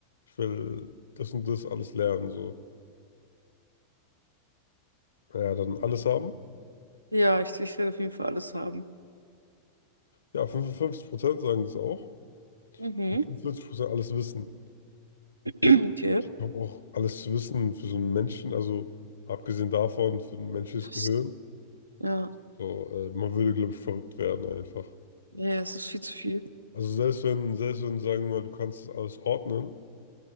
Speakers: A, on the left; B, on the right.
A: ich will das und das alles lernen, so. Ja, dann alles haben.
B: Ja, ich, ich will auf jeden Fall alles haben.
A: Ja, 55% sagen das auch.
B: Mhm.
A: Und 45% alles wissen.
B: <clears throat> Okay.
A: Ich glaube auch, alles zu wissen für so einen Menschen, also abgesehen davon, für ein menschliches
B: Passt.
A: Gehirn,
B: Ja.
A: so, äh, man würde, glaube ich, verrückt werden einfach.
B: Ja, ja, es ist viel zu viel.
A: Also selbst wenn, selbst wenn, sagen wir mal, du kannst das alles ordnen,